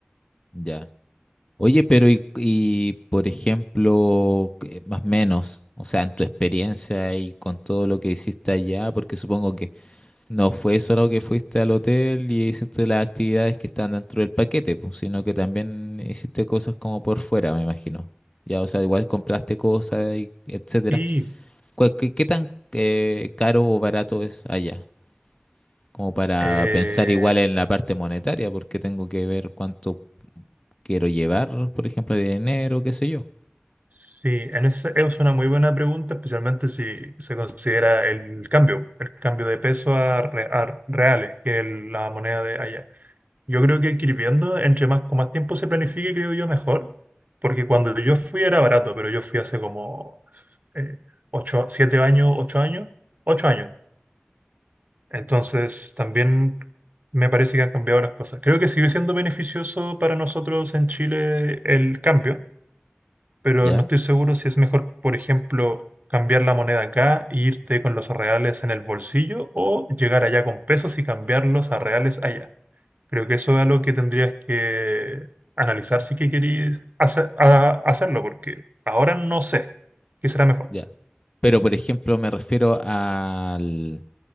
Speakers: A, on the left (about 25°); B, on the right (about 45°).
A: Ya. Oye, pero y, y, por ejemplo, que- más o menos, o sea, en tu experiencia y con todo lo que hiciste allá, porque supongo que No fue solo que fuiste al hotel y hiciste las actividades que están dentro del paquete, pues, sino que también hiciste cosas como por fuera, me imagino. Ya, o sea, igual compraste cosas y etcétera.
B: Sí.
A: ¿Cuál- ¿Qué, qué tan eh, caro o barato es allá? Como para
B: eh,
A: pensar igual en la parte monetaria, porque tengo que ver cuánto quiero llevar, por ejemplo, de dinero, qué sé yo.
B: Sí, en ese- es una muy buena pregunta, especialmente si se considera el cambio, el cambio de peso a, re- a reales, que es la moneda de allá. Yo creo que ir viendo, entre más, con más tiempo se planifique, creo yo, mejor, porque cuando yo fui era barato, pero yo fui hace como eh, ocho, siete años, ocho años, ocho años. Entonces, también me parece que han cambiado las cosas. Creo que sigue siendo beneficioso para nosotros en Chile el cambio pero
A: ¿Ya?
B: no estoy seguro si es mejor, por ejemplo, cambiar la moneda acá e irte con los reales en el bolsillo o llegar allá con pesos y cambiarlos a reales allá. Creo que eso es algo que tendrías que analizar si que queréis hacer- a- hacerlo, porque ahora no sé qué será mejor.
A: Ya. Pero, por ejemplo, me refiero al,